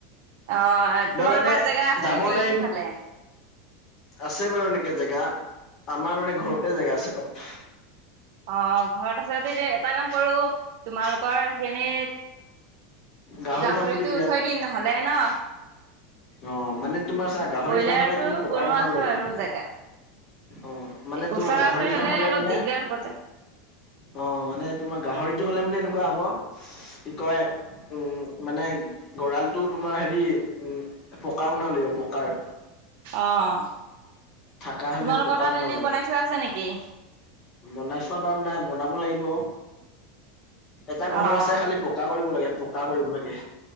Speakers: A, on the right; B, on the left.
A: অ',
B: মই
A: তোমালোকৰ
B: মানে
A: জেগা আছে
B: যাব
A: নেকি
B: নোৱাৰিম
A: সিফালে?
B: আছে বাৰু এনেকে জেগা, আমাৰ মানে ঘৰতে জেগা আছে অলপ।
A: অ', ঘৰত আছে যদি যে এটা কাম কৰো তোমালোকৰ সখিনি
B: গাহৰি
A: গাহৰিটো
B: ফাৰ্ম খুলিলো
A: উ
B: ইয়াত
A: থৈ দিম নহলে ন।
B: অ', মানে তোমাৰ চা গাহৰি
A: ব্ৰইলাৰটো
B: ফাৰ্ম হলে তুমি পকাৰ
A: বনোৱা
B: বনাব
A: আছে
B: লাগিব,
A: বাৰু জেগা।
B: অ',। মানে তোমাৰ
A: ওচৰা
B: গাহৰি
A: ওচৰি
B: ফাৰ্ম হলে
A: অলপ
B: মানে
A: দিগদাৰ হ'ব যে।
B: অ', মানে তোমাৰ গাহৰিটো হলে মানে এনেকুৱা হব কি কয় উম, মানে গৰালটো তোমাৰ হেৰি উম পকা বনাব লাগিব পকাৰ।
A: অ',
B: থাকা হ'লে
A: তোমালোকৰ
B: পকাৰ
A: তাত
B: বনাব
A: এনেই
B: লাগিব।
A: বনাই থোৱা আছে নেকি?
B: বনাই থোৱা নাই মানে বনাব লাগিব, এটা ঘৰ
A: অ'।
B: আছে খালি প পটা কৰিব লাগে পকা কৰিব লাগে।